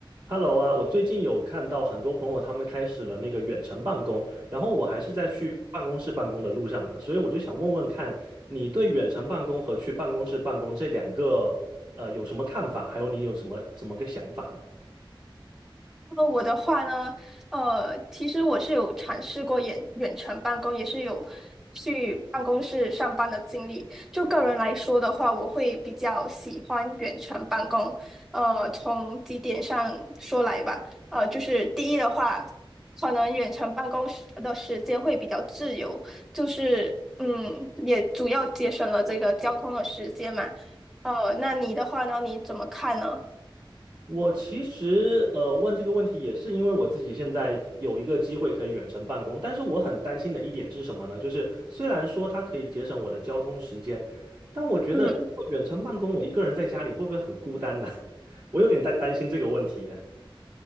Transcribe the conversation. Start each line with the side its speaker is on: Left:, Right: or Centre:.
Right: Hello 啊，我最近有看到很多朋友他们开始了那个远程办公，然后我还是在去办公室办公的路上的，所以我就想问问看，你对远程办公和去办公室办公这两个呃有什么看法，还有你有什么怎么个想法呢？
Centre: 呃，我的话呢，呃，其实我是有尝试过远远程办公，也是有去办公室上班的经历。就个人来说的话，我会比较喜欢远程办公。呃，从几点上说来吧，呃，就是第一的话，可能远程办公时的时间会比较自由，就是嗯，也主要节省了这个交通的时间嘛。呃，那你的话呢，你怎么看呢？
Right: 我其实呃问这个问题也是因为我自己现在有一个机会可以远程办公，但是我很担心的一点是什么呢？就是虽然说它可以节省我的交通时间，但我觉得如果远程办公我一个人在家里会不会很孤单呢？
Centre: 嗯。
Right: <laughs> 我有点在担心这个问题耶